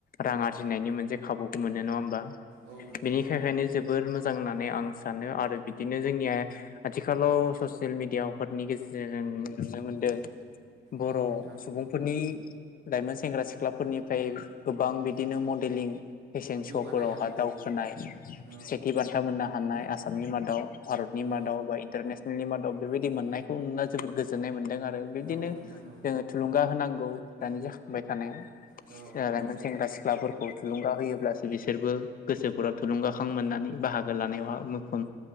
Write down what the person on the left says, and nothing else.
रां आरजिनायनि मोनसे खाबुखौ मोनो नङा होमबा?
बिनि
थाखायनो जोबोर मोजां ना होननानै आं सानो आरो बिदिनो जोंनिया आथिखालाव ससियेल मिडियाफोरनि गेजेरजों नुनो मोनदों बर'
सुबुंफोरनि
लाइमोन सेंग्रा सिख्लाफोरनिफ्राय गोबां बिदिनो मडेलिं फेशन
श' फोरावहा
दावखोनाय
सेथि बान्था मोननो हानाय आसामनि मादाव भारतनि
मादाव बा इन्टारनेसनेलनि मा दाव बेबायदि मोननायखौ नुना जोबोद गोजोननाय मोन दों आरो बिदिनो
जों थुलुंगा होनांगौ दानि जाखांबाय थानाय
लायमोन सेंग्रा सिख्लाफोर खौ थुलुंगा होयोब्लासो बिसोरबो गोसोफोराव थुलुंगाखां मोननानै बाहागो लानायावहा मुखोम